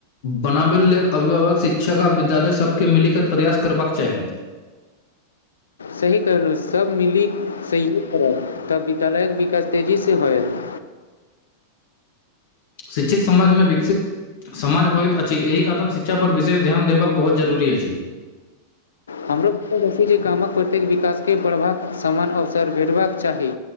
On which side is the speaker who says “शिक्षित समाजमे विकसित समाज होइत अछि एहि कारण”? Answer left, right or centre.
Left